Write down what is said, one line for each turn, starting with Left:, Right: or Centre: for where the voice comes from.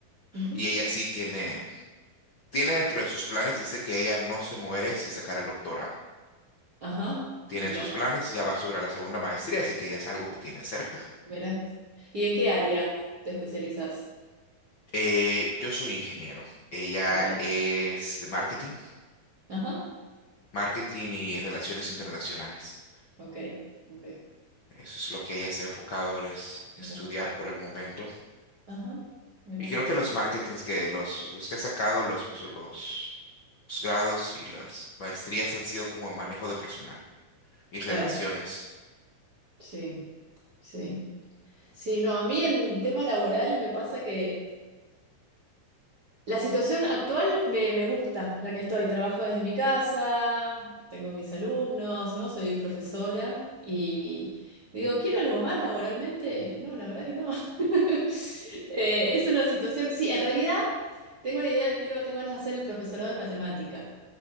Right: ujú.
Left: y ella sí tiene, tiene dentro de sus planes, dice que ella no se muere sin sacar el doctorado.
Right: Ajá,
Left: Tiene
Right: mira,
Left: en sus planes, ya va sobre la segunda maestría, así que ya es algo que tiene cerca.
Right: mira. ¿Y en qué área te especializas?
Left: Eh, yo soy ingeniero, ella
Right: Ok,
Left: es de marketing.
Right: ajá,
Left: marketing y relaciones internacionales.
Right: ok, ok.
Left: Eso es lo que ella se ha enfocado en es- estudiar
Right: Mira,
Left: por el momento.
Right: ajá, mira.
Left: Y creo que los marketings que los, los que ha sacado, los, pues, los, los grados y las maestrías han sido como manejo de personal y relaciones.
Right: Claro, sí, sí. Sí, no, a mí en tema laboral me pasa que La situación actual me, me gusta, la que estoy. Trabajo desde mi casa, tengo mis alumnos, ¿no? Soy profesora y digo, ¿quiero algo más laboralmente? No, la verdad que no. <laughs> Eh, es una situación, sí, en realidad tengo la idea, quiero, tengo ganas de hacer el profesorado de matemática.